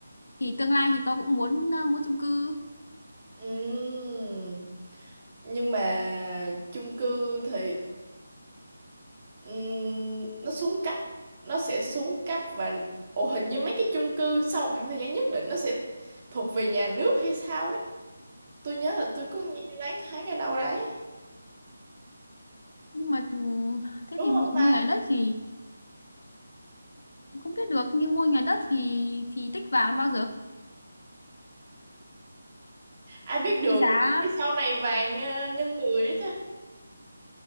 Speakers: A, on the left; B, on the right.
A: thì tương lai thì tôi cũng muốn ờ, mua chung cư
B: Ừm. nhưng mà chung cư thì ừm, nó xuống cấp nó sẽ xuống cấp và ồ hình như mấy cái chung cư sau một khoảng thời gian nhất định nó sẽ thuộc về nhà nước hay sao ấy tôi nhớ là tôi có nghe loáng thoáng ở đâu đấy
A: nhưng mà ừm, thế
B: đúng
A: thì
B: không
A: mua, mua
B: ta
A: nhà đất thì không biết được nhưng mua nhà đất thì thì tích vàng bao giờ
B: ai biết được
A: Cái giá
B: có khi sau này vàng ờ, nhân người đó chứ